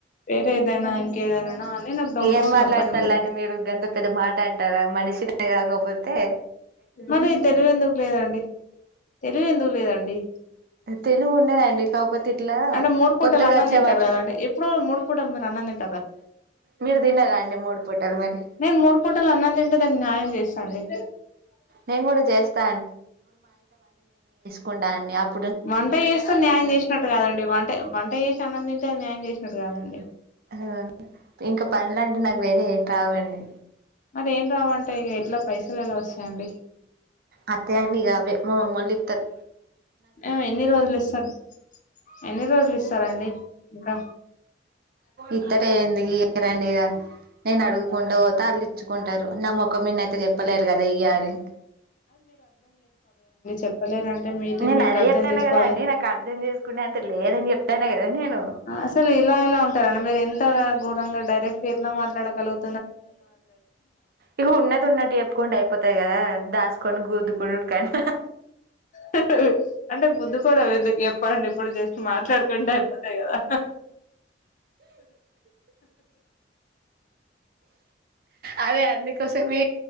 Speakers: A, on the left (about 45°); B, on the right (about 55°).
A: వేరే ఏదైనా ఇంకేదైనా నాకు డౌట్
B: ఏం
A: వస్తుంది
B: మాట్లాడతారు
A: అప్పటి నుండి
B: లేండి మీరు గంత పెద్ద మాట అంటారా మనుషిని గాకపోతే
A: మరి తెలివి ఎందుకు లేదండి తెలివి ఎందుకు లేదండి
B: తెలుగు ఉన్నదండి కాకపోతే ఇట్లా
A: అంటే మూడు పూటలు
B: కొత్తగా
A: అన్నం
B: వచ్చే
A: తింటారు
B: వాటి
A: కదండి ఎప్పుడు మూడు పుటలు మీర్ అన్నం తిన్
B: మీరు తిన్నారా అండి మూడు పూటలు మరి
A: మేం మూడు పూటల అన్నం తింటే దానికి న్యాయం చేస్తా అండి
B: నేను కూడా చేస్తా కుంటా అండి అప్
A: వంట చేస్తే న్యాయం చేసినట్టు కాదండి వంట వంట చేసి అన్నం తింటే న్యాయం చేసి అట్ట కాదండి
B: ఆ ఇంక పనుల అంటే నాకు వేరే ఏట్ రావండి
A: మరి ఏం రావంటే ఇక ఎట్లా పైసలు ఎలా వస్తాయండి
B: అత్తే అంటే ఇగ గవే మోమల్ దితరు
A: ఆ ఎన్ని రోజులు ఇస్తార్ ఎన్ని రోజులు ఇస్తారండి ఇంకా
B: ఇద్దరే ఎందుకు చేత్తరండి ఇగ నేను అడుగుకుంట పోతా వాళ్ళు ఇచ్చుకుంటరు నా మొకం మీద అట్ట చెప్పలేరు కదా ఇయ్ అని
A: చెప్పలేర్ అంటే మీ
B: నేను
A: మీకు
B: అదే
A: అర్థం
B: చెప్తాన్నా
A: చేసుకోవాలి
B: కదా అండి నాకు అర్థం చేసుకునే అంత లేదని చెప్తాన్నా కదా నేను
A: అసలు ఇలా ఎలా ఉంటారడి మీరు ఎంత ఘోరంగా డైరెక్ట్ గా ఎట్ల మాట్లాడగలగు
B: ఇక ఉన్నది ఉన్నట్టు చెప్పుకుంటే అయిపోతది కదా దాస్ కొనుగోతు కుడల్ కన్
A: హ్ హ్ అంటే గుద్దు కోవడం ఎందుకు చెప్పండి ఇప్పుడు జస్ట్ మాట్లాడకుంటే అయిపోతది కదా
B: అదే అందుకోసమే